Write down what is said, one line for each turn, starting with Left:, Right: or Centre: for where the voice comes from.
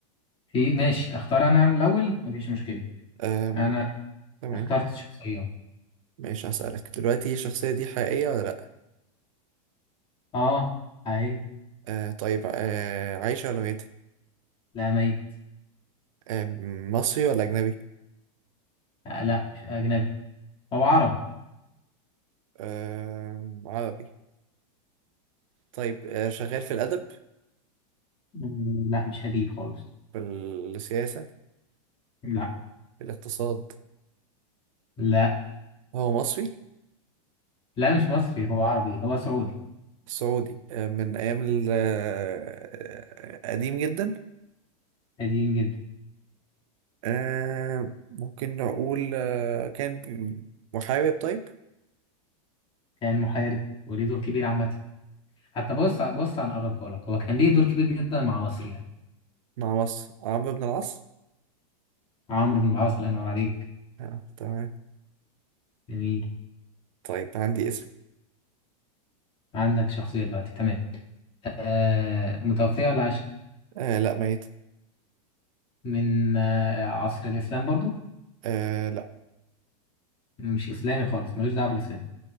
Left: في ماشي اختار انا الاول مفيش مشكلة
Right: آه
Left: انا
Right: تمام
Left: اخترت شخصية
Right: ماشي هسألك دلوقتي الشخصية دي حقيقية ولا لأ
Left: اه اهي
Right: آه طيب آه عايشة ولا ميتة
Left: لا ميت
Right: آه مصري ولا أجنبي
Left: آه لا مش اجنبي هو عربي
Right: آه عربي طيب آه شغال في الأدب
Left: مم، لا مش هجيب خالص
Right: في السياسة
Left: لا
Right: في الاقتصاد
Left: لا
Right: هو مصري
Left: لا مش مصري هو عربي هو سعودي
Right: سعودي آه، من أيام ال- آه، قديم جدا
Left: قديم جدا
Right: آه، ممكن نقول آه، كان محارب طيب
Left: كان محارب وليه دور كبير عامة حتى بص بص هنقربها لك هو كان ليه دور كبير جدا مع مصر يعني
Right: مع مصر عمرو بن العاص
Left: عمرو بن العاص الله ينور عليك
Right: آه، تمام
Left: جميل
Right: طيب عندي اسم
Left: عندك شخصية دلوقتي تمام آه متوفية ولا عايشة
Right: آه لا ميت
Left: من آه عصر الإسلام برضو
Right: آه لا
Left: مش إسلامي خالص ملوش دعوة بالإسلام